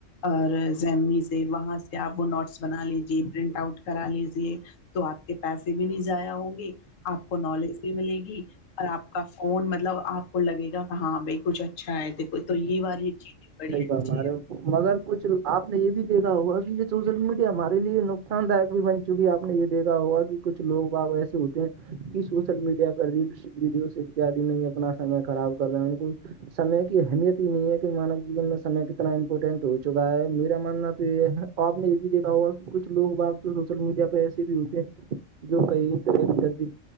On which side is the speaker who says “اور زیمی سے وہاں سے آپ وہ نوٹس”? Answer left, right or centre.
Left